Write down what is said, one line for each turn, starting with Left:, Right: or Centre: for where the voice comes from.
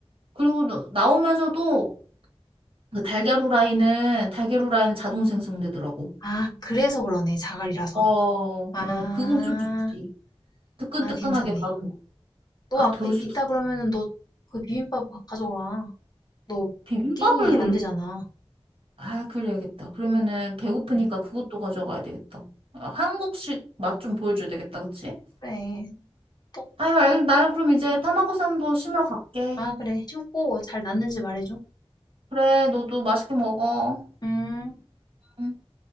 Right: 그리고 나- 나오면서도, 그 달걀 후라이는, 달걀 후라이는 자동 생성되더라고.
Left: 아, 그래서 그러네, 자갈이라서.
Right: 어, 어,
Left: 아,
Right: 그건 좀 좋지. 뜨끈뜨끈하게
Left: 아, 괜찮네.
Right: 바로 먹어.
Left: 너
Right: 아,
Left: 아까
Right: 돌솥
Left: 있다 그러면은 너 그 비빔밥 가- 져가 너
Right: 비빔밥을
Left: 끼니 안 되잖아.
Right: 아, 그래야겠다. 그러면은 배고프니까
Left: 응.
Right: 그것도 가져가야 되겠다. 아, 한국식 맛 좀 보여줘야 되겠다, 그치?
Left: 그래. 또,
Right: 아유, 알, 나 그럼 이제 타마고산도 심으러 갈게.
Left: 아, 그래. 심고 잘 났는지 말해줘.
Right: 그래, 너도 맛있게 먹어.
Left: 음.
Right: 응.